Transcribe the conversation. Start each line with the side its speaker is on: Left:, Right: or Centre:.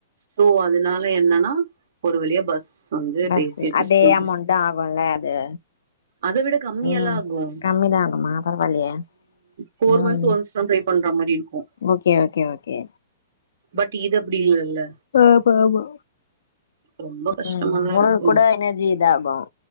Right: சோ அதனால என்னன்னா ஒரு வளியா பஸ் வந்து
Left: பஸ்
Right: பேசியாச்சு
Left: அதே
Right: ஸ்கூல்
Left: அமௌண்ட
Right: பஸ்
Left: ஆகுல அது
Right: அத விட கம்மியல்லா
Left: ம்
Right: ஆகு
Left: கம்மி தா ஆகுமா பரவாயில்லையே
Right: போர்
Left: ம்
Right: மந்த்ஸ் ஒன்ஸ் டரை பண்ற மாரி இருக்கு
Left: ஓகே ஓகே ஓகே
Right: பட் இது அப்படி இல்லல்ல
Left: ஆமாமா
Right: ரொம்ப கஷ்டமாதா
Left: ம் உனக்கு
Right: இருக்கு
Left: கூட எனர்ஜி இதாகும்